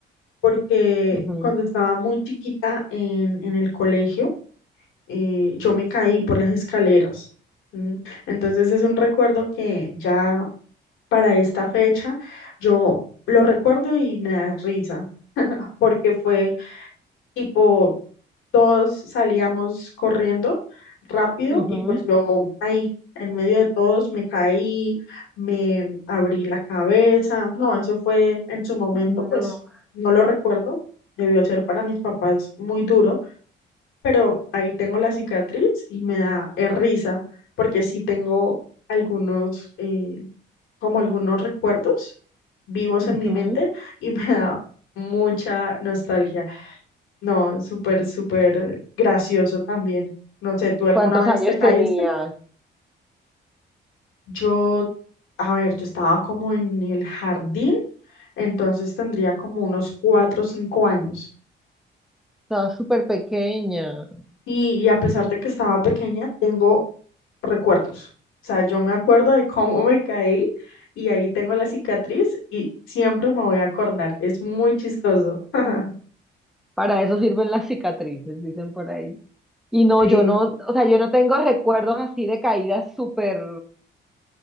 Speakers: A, on the left (about 90°); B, in the centre.
A: porque
B: Ujú,
A: cuando estaba muy chiquita en, en el colegio, eh, yo me caí por las escaleras. ¿m? Entonces es un recuerdo que ya para esta fecha yo lo recuerdo y me da risa, <laughs> porque fue... tipo todos salíamos corriendo rápido
B: ujú,
A: y pues yo ahí, en medio de todos, me caí, me abrí la cabeza. No, eso fue en su momento,
B: No.
A: pues no lo recuerdo. Debió ser para mis papás muy duro, pero ahí tengo la cicatriz y me da eh, risa porque sí tengo algunos, eh, como algunos recuerdos vivos
B: ujú.
A: en mi mente y <laughs> me da mucha nostalgia. No, súper, súper gracioso también. No sé, ¿tú alguna
B: ¿Cuántos
A: vez
B: años
A: te caíste?
B: tenías?
A: Yo, a ver, yo estaba como en el jardín, entonces tendría como unos cuatro o cinco años.
B: Estaba súper pequeña.
A: Y, y a pesar de que estaba pequeña, tengo recuerdos. O sea, yo me acuerdo de cómo me caí y ahí tengo la cicatriz y siempre me voy a acordar. Es muy chistoso. <laughs>
B: Para eso sirven las cicatrices, dicen por ahí. Y no,
A: Sí.
B: yo no, o sea, yo no tengo recuerdos así de caídas súper.